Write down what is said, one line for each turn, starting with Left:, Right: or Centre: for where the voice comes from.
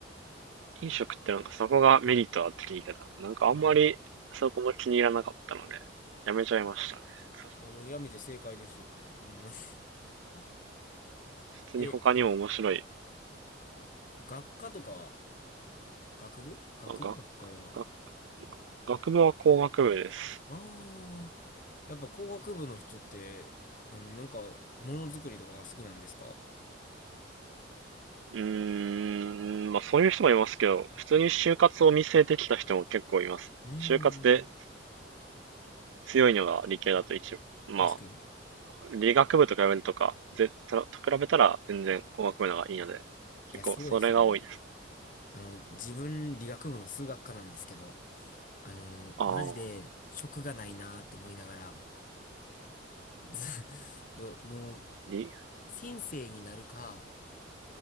Right: 飲食ってなんかそこがメリットあって聞いてたなんかあんまりそこも気に入らなかったので、
Left: うん。
Right: やめちゃいましたね。さ
Left: いや、もうやめて正解ですよ。うん。<laughs>
Right: 普通に他にも面白い。
Left: え、学科とかは、学部学部学科は、
Right: あ学、学、学部は工学部です。
Left: ああ、やっぱ工学部の人って、あの、なんか、ものづくりとかが好きなんですか
Right: うーん、まあそういう人もいますけど、普通に就活を見据えてきた人も結構いますね。
Left: うーん。
Right: 就活で強いのが理系だと一部。ま
Left: 確かに。
Right: あ、理学部と比べるとか、ぜ、と比べたら全然工学部の方がいいので、結構それが多いです。
Left: いや、そうですよね。あの、自分、理学部の数学科なんですけど、あの、
Right: ああ、
Left: マジで、職がないなと思いながら、ず <laughs> ど、もう、
Right: り、
Left: 先生になるか、